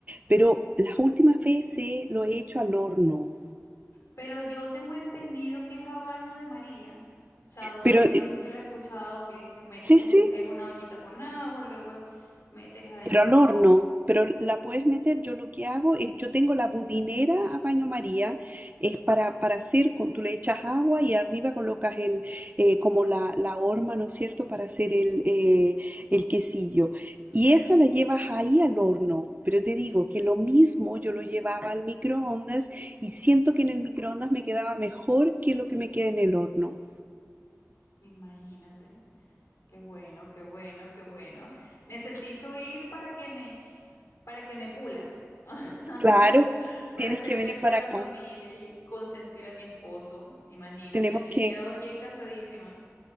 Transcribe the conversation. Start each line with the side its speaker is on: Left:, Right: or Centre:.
Right: pero las últimas veces lo he hecho al horno,
Left: Pero yo tengo entendido que es a baño de María. O sea, donde,
Right: pero
Left: no
Right: eh,
Left: sé si lo has escuchado, que es- metes,
Right: sí,
Left: en
Right: sí,
Left: un- es una ollita con agua, luego metes adentro,
Right: pero al horno. Pero la puedes meter, yo lo que hago es, yo tengo la budinera a baño María, es para, para hacer, con, tú le echas agua y arriba colocas el, eh, como la, la horma, ¿no es cierto?, para hacer el, eh, el quesillo. Y esa la llevas ahí al horno, pero te digo que lo mismo yo lo llevaba al microondas y siento que en el microondas me quedaba mejor que lo que me queda en el horno.
Left: imagínate. Qué bueno, qué bueno, qué bueno. Necesito ir para que me, para que me pulas. <laughs>
Right: Claro,
Left: Para
Right: tienes
Left: hacerle
Right: que venir
Left: aquí
Right: para
Left: a la
Right: acá.
Left: familia y consentir a mi esposo. Imagínate,
Right: Tenemos que,
Left: he quedado aquí encantadísima.